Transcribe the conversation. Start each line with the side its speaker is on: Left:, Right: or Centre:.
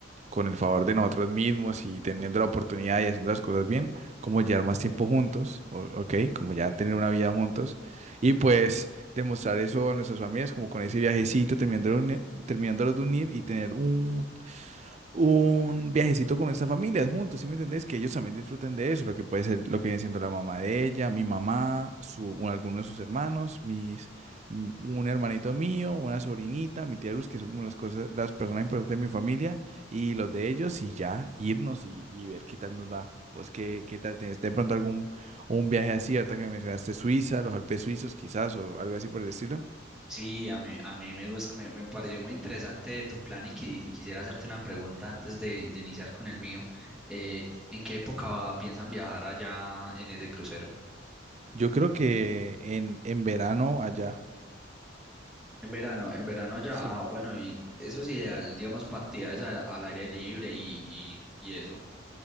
Right: con el favor de nosotros mismos y teniendo la oportunidad y haciendo las cosas bien, como llevar más tiempo juntos, o- ¿ok? Como ya tener una vida juntos y pues demostrar eso a nuestras familias, como con ese viajecito, terminándolo de uni- terminándolos de unir y tener un un viajecito con nuestra familia juntos, ¿sí me entendés? Que ellos también disfruten de eso, lo que puede ser, lo que viene siendo la mamá de ella, mi mamá, su, un- alguno de sus hermanos, mis, m- un hermanito mío, una sobrinita, mi tía Luz, que son como las cosas, las personas importantes de mi familia, y los de ellos, y ya, irnos y, y ver qué tal nos va. ¿Vos qué, qué tal tenés de pronto algún un viaje así, ahorita que me mencionaste Suiza, los Alpes suizos quizás, o algo así por el estilo?
Centre: Sí, a mí, a mí me gusta, me, me pareció muy interesante tu plan y, qui- y quisiera hacerte una pregunta antes de, de iniciar con el mío. Eh, ¿en qué época va- piensan viajar allá en ese crucero?
Right: Yo creo que en, en verano allá.
Centre: En verano, en verano allá,
Right: Sí.
Centre: ah, bueno, y eso es ideal, digamos, para actividades al, al aire libre y, y, y eso.